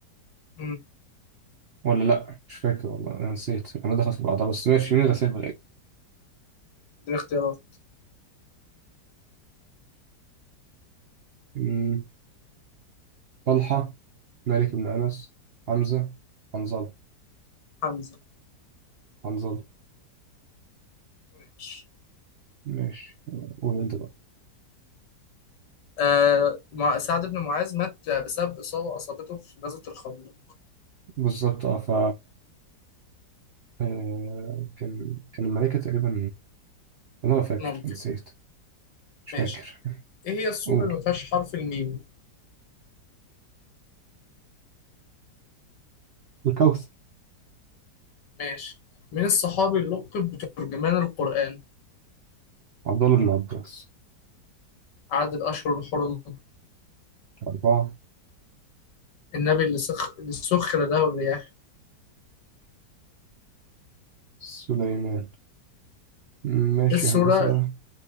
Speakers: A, on the left; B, on the right.
A: امم
B: ولا لأ مش فاكر والله أنا نسيت أنا دخلت في بعضها بس ماشي من غسيل
A: دي الاختيارات
B: الملائكة طلحة مالك بن أنس حمزة حنظلة
A: حمزة
B: حنظلة
A: ماشي
B: ماشي قول أنت بقى
A: آه مع... سعد بن معاذ مات بسبب إصابة أصابته في غزوة الخندق
B: بالظبط أه ف آه، كان كان الملكة تقريبا أنا لا فاكر
A: ممكن
B: نسيت مش فاكر
A: ماشي إيه هي السورة
B: قول
A: اللي ما فيهاش حرف الميم
B: الكوثر
A: ماشي من الصحابي اللي لقب بترجمان القرآن
B: عبد الله بن عباس
A: عدد الأشهر الحرم
B: أربعة
A: النبي اللي سخ اللي سخر له الرياح
B: سليمان ماشي
A: إيه السورة
B: يا هندسة